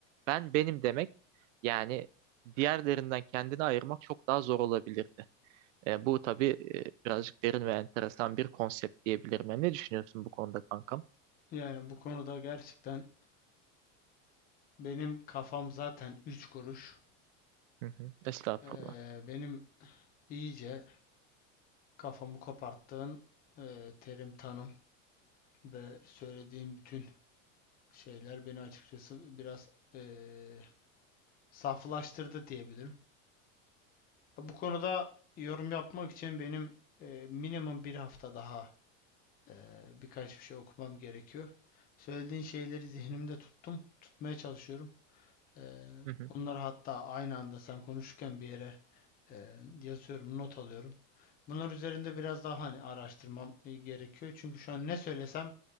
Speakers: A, on the right; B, on the left.
A: ben benim demek yani diğerlerinden kendini ayırmak çok daha zor olabilirdi. E, bu tabii e, birazcık derin ve enteresan bir konsept diyebilirim. Yani ne düşünüyorsun bu konuda kankam?
B: Yani bu konuda gerçekten benim kafam zaten üç kuruş.
A: Hı hı. Estağfurullah.
B: Eee, benim iyice kafamı koparttığın eee, terim tanım. Ve söylediğim bütün şeyler beni açıkçası biraz eee saflaştırdı diyebilirim. Bu konuda yorum yapmak için benim eee, minimum bir hafta daha eee, birkaç bir şey okumam gerekiyor. Söylediğin şeyleri zihnimde tuttum, tutmaya çalışıyorum. Eee,
A: Hı hı.
B: bunları hatta aynı anda sen konuşurken bir yere eee, yazıyorum, not alıyorum. Bunlar üzerinde biraz daha hani araştırmam e, gerekiyor. Çünkü şu an ne söylesem